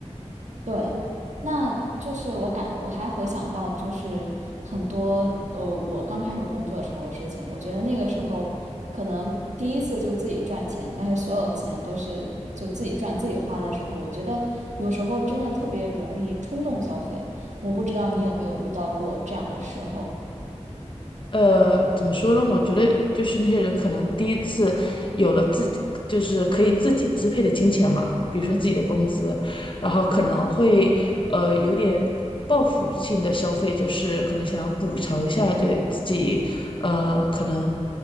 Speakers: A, on the right; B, on the left.
A: 对，那就是我感，我还回想到就是很多呃，我刚开始工作的时候的事情，我觉得那个时候可能第一次就自己赚钱，那些所有钱都是就自己赚自己花的时候，我觉得有时候真的特别容易冲动消费。我不知道你有没有遇到过这样的时候？
B: 呃，怎么说呢？我觉得就是那些人可能第一次有了自己，就是可以自己支配的金钱嘛，比如说自己的工资，
A: 嗯
B: 然后可能会呃有点报复性的消费，就是可能想要补偿一下对自己，呃，可能